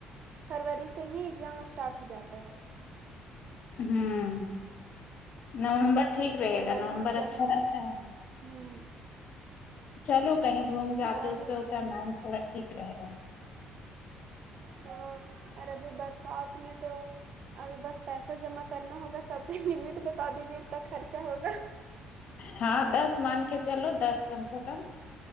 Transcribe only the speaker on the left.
ہوں نم بر ٹھیک رہے
گا نومبر
اچھا
رہتا ہے
چلو کہیں گھوم کے آتے
اس سے اتا من تھوڑا ٹھیک رہے گا
ہاں دس مان کے چلو دس کم سے کم